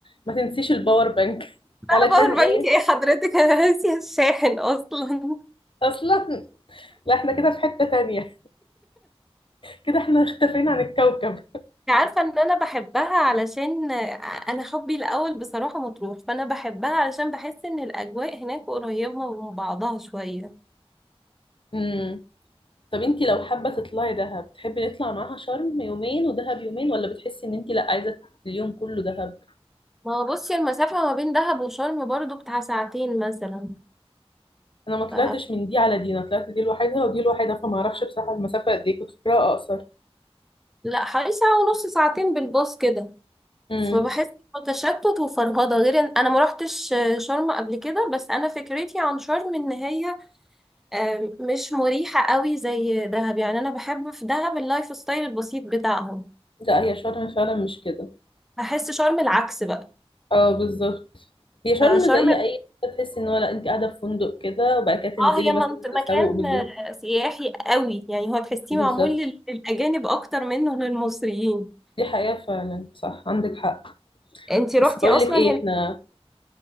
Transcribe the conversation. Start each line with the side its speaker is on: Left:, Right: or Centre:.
Left: ما تنسيش الباور بانك <laughs>
Centre: لا
Left: علشان
Centre: باور
Left: ايه
Centre: بانك ايه حضرتك <laughs> انا ناسيه الشاحن اصلا
Left: اصلا لا احنا كده في حتة تانية كده احنا اختفينا عن الكوكب
Centre: عارفة ان انا بحبها علشان انا حبي الاول بصراحة مطروح فانا بحبها علشان بحس ان الاجواء هناك قريبة من بعضها شوية
Left: امم طب انتي لو حابة تطلعي دهب تحبي نطلع معاها شرم يومين ودهب يومين ولا بتحسي ان انتي لا عايزة اليوم كله دهب
Centre: ما هو بصي المسافة ما بين دهب وشرم برضو بتاع ساعتين مثلا
Left: انا ما طلعتش
Centre: ف...
Left: من دي على دي انا طلعت دي لوحدها ودي لوحدها فما اعرفش بصراحه المسافه قد ايه كنت فاكراها اقصر
Centre: لا حوالي ساعة ونص ساعتين بالباص كده
Left: امم
Centre: فبحس إنه تشتت وفرهضة غير ان انا ما روحتش شرم قبل كده بس انا فكرتي عن شرم ان هي آم، مش مريحة قوي زي دهب يعني انا بحب في دهب اللايف ستايل البسيط بتاعهم
Left: لا هي شرم فعلا مش كده
Centre: بحس شرم العكس بقى
Left: اه بالظبط هي
Centre: فشرم
Left: شرم زي اي حتة تحسي ان هو لا انت قاعده في فندق كده وبعد كده تنزلي
Centre: اه هي
Left: مثلا
Centre: منط-
Left: تسوق
Centre: مكان
Left: بالليل
Centre: آه، سياحي قوي يعني هو تحسيه
Left: بالظبط
Centre: معمول لل- للأجانب أكتر منه للمصريين
Left: دي حقيقه فعلا صح عندك حق
Centre: انتي روحتي
Left: بس بقول
Centre: أصلا
Left: لك ايه
Centre: هناك
Left: احنا